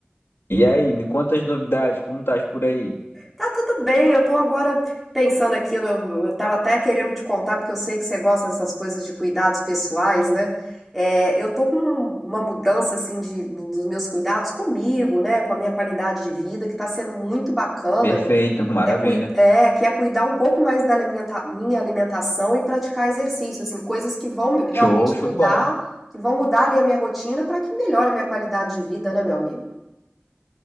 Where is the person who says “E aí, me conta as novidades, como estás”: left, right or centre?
Left